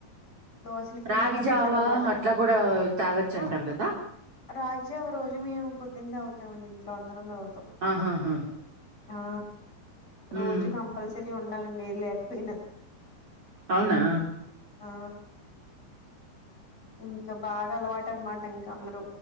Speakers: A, on the left; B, on the right.
A: దోసల పిండ్లా
B: రాగి
A: కలుపుతారనమాట
B: జావా అట్లా కూడా తాగొచ్చు
A: ఆ
B: అంటారు కదా
A: రాజ్యాం రోజు మేము పొద్దున్న తాగుతామండి ఇంట్లో అందరం తావుతాం
B: ఆహాహా
A: ఆ రోజు
B: ఉమ్.
A: కంపల్సరీ ఉండాలండి లేకపోయినా
B: అవునా
A: ఆ ఇంకా బాగా అలవాటు అనమాట ఇంకా అందరూ